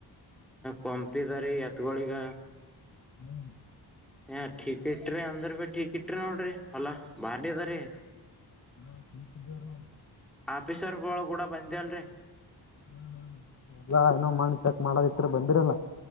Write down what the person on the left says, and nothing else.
ಹ್ಮ್
ಹಾ ಚೀಸಲ್ಲಾರನ
ಹ ಎಲ್ಲ ಏನೋ ಮಾಡಿ ಚೆಕ್ ಮಾಡದತ್ರ ಬಂದಿರಲ್ಲ